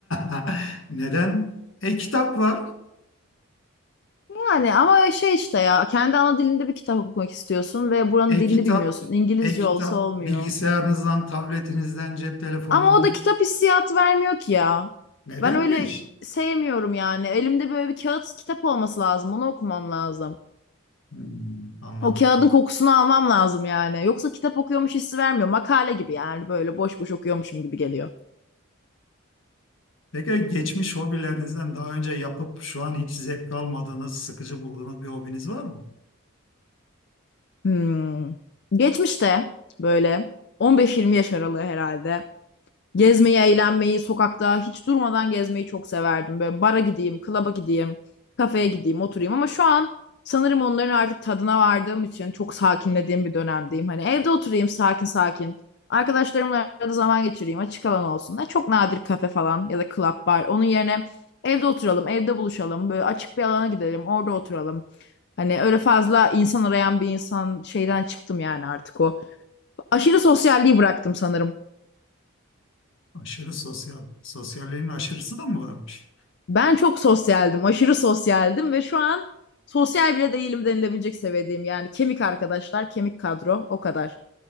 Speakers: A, on the left; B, on the left.
A: <laughs> Neden? E-kitap var.
B: Yani ama şey işte ya, kendi ana dilinde bir kitap okumak istiyorsun ve buranın
A: E-kitap,
B: dilini bilmiyorsun. İngilizce
A: e-kitap
B: olsa olmuyor.
A: bilgisayarınızdan, tabletinizden, cep telefonunuzdan.
B: Ama o da kitap hissiyatı vermiyor ki ya.
A: Nedenmiş?
B: Ben öyle sevmiyorum yani. Elimde böyle bir kağıt kitap olması lazım. Onu okumam lazım.
A: Hmm, anladım.
B: O kağıdın kokusunu almam lazım yani. Yoksa kitap okuyormuş hissi vermiyor. Makale gibi yani böyle boş boş okuyormuşum gibi geliyor.
A: Peki geçmiş hobilerinizden daha önce yapıp şu an hiç zevk almadığınız, sıkıcı bulduğunuz bir hobiniz var mı?
B: Hmm. Geçmişte böyle 15-20 yaş aralığı herhalde. Gezmeyi, eğlenmeyi, sokakta hiç durmadan gezmeyi çok severdim. Böyle bara gideyim, klaba gideyim, kafeye gideyim, oturayım. Ama şu an sanırım onların artık tadına vardığım için çok sakinlediğim bir dönemdeyim. Hani evde oturayım sakin sakin. Arkadaşlarımla arada zaman geçireyim, açık alan olsun. Ha, Çok nadir kafe falan ya da club bar. Onun yerine evde oturalım, evde buluşalım. Böyle açık bir alana gidelim, orada oturalım. Hani öyle fazla insan arayan bir insan şeyden çıktım yani artık o. Aşırı sosyalliği bıraktım sanırım.
A: Aşırı sosyal. Sosyalliğin aşırısı da mı varmış?
B: Ben çok sosyaldim, aşırı sosyaldim ve şu an sosyal bile değilim denilebilecek seviyedeyim. Yani kemik arkadaşlar, kemik kadro, o kadar.